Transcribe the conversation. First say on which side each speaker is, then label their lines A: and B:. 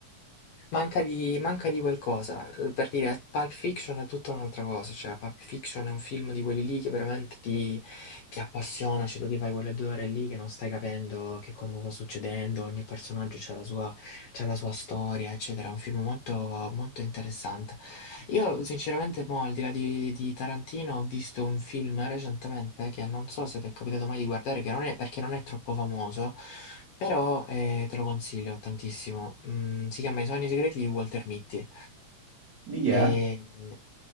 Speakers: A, on the left; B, on the right.
A: manca di, manca di qualcosa. Eh, Per dire, Pulp Fiction è tutta un'altra cosa, cioè Pulp Fiction è un film di quelli lì che veramente ti, ti appassiona, cioè tu ti fai quelle due ore lì che non stai capendo che cosa sta succedendo, ogni personaggio ha la sua, c'ha la sua storia, eccetera. È un film molto, molto interessante. Io sinceramente mo, al di là di, di Tarantino, ho visto un film recentemente che non so se ti è capitato mai di guardare, che non è, perché non è troppo famoso, però eh, te lo consiglio tantissimo. Mm, si chiama I sogni segreti di Walter Mitty.
B: Di chi
A: E
B: è?